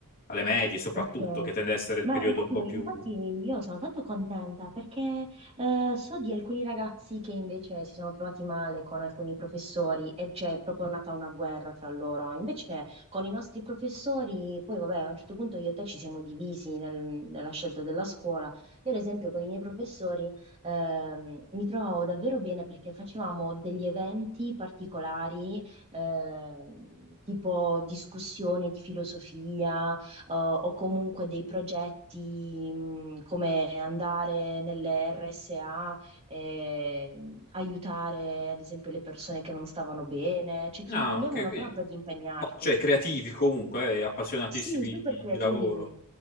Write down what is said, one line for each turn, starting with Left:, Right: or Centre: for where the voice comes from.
Left: alle medie soprattutto,
Right: Ok,
Left: che tende a essere il
Right: ma
Left: periodo
Right: infatti,
Left: un po' più...
Right: infatti io sono tanto contenta perché eh, so di alcuni ragazzi che invece si sono trovati male con alcuni professori e c'è proprio nata una guerra tra loro. Invece con i nostri professori, poi vabbè, a un certo punto io e te ci siamo divisi nel- nella scelta della scuola. Io ad esempio con i miei professori ehm, mi trovavo davvero bene perché facevamo degli eventi particolari, ehm, tipo discussione di filosofia eh, o comunque dei progetti mh, come andare nelle RSA e aiutare ad esempio le persone che non stavano bene, cioè
Left: No,
Right: ti invogliavano
Left: ok, quindi-
Right: proprio ad impegnarti.
Left: ma- cioè creativi comunque, e appassionatissimi
Right: Sì, super
Left: di,
Right: creativi.
Left: di lavoro.